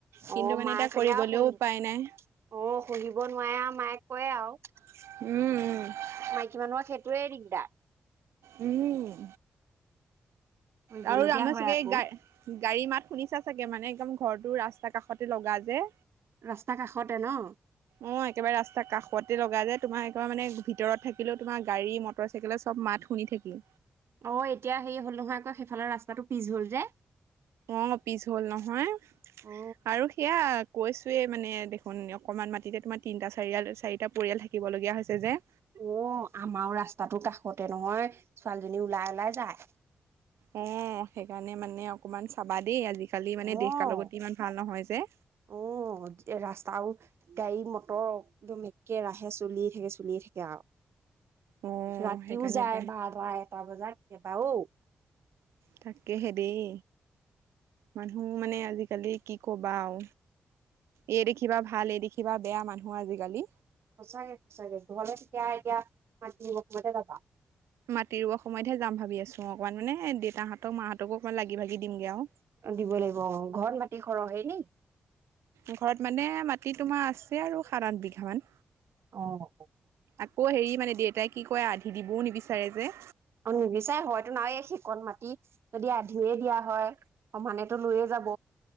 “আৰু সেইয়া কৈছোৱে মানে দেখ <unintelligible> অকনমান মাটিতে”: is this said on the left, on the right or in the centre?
Right